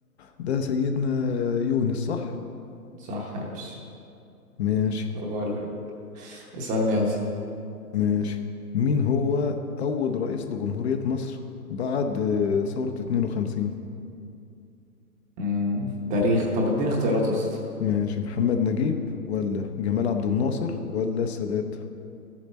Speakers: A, on the left; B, on the right.
A: ده سيدنا يونس صح
B: صح يا باشا
A: ماشي
B: برافو عليك اسألني يلا
A: ماشي مين هو أول رئيس لجمهورية مصر بعد آه، ثورة 52
B: مم. تاريخ طب اديني اختيارات يسا
A: ماشي محمد نجيب ولا جمال عبد الناصر ولا السادات